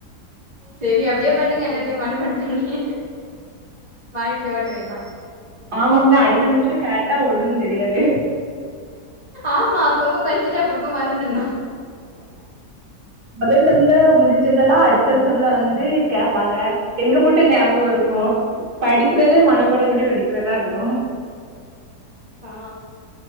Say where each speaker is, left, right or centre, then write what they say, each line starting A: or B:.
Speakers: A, on the right; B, on the right.
A: செரி அப்டியே பண்ணுங்க எல்லாத்தையு மனபாடம் பண்ணி வாழ்க்கைய ஓட்ட வேண்டிதா
B: ஆமா ப்னா அடுத்த நிமிஷொ கேட்டா ஒண்ணுன்னு தெரியாது
A: ஆமா அப்பப்ப பட்ச்சிட்டு அப்பப்ப மறந்துட்னு
B: மொதல் செம்ல முடிஞ்சதெல்லா அடுத்த செம்ல வந்து கேப்பாங்க எங்க போட்டு ஞாபகொ இருக்கு படிக்றதே மனப்பாட படி படிக்றதா இருக்கு
A: ஆ